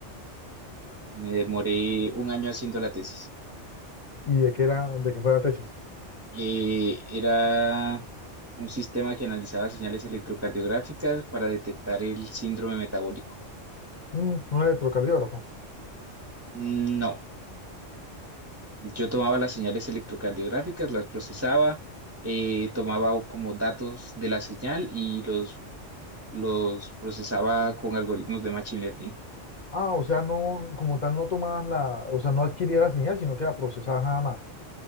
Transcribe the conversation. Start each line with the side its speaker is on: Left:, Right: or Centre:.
Right: me demoré un año haciendo la tesis.
Left: ¿Y de qué era, de qué fue la tesis?
Right: Eh, era un sistema que analizaba señales electrocardiográficas para detectar el síndrome metabólico.
Left: Mm, un electrocardiógrafo.
Right: No, yo tomaba las señales electrocardiográficas, las procesaba, eh, tomaba como datos de la señal y los, los procesaba con algoritmos de machine learning.
Left: Ah, o sea, no, como tal, no tomabas la, o sea, no adquirías la señal, sino que la procesabas nada más.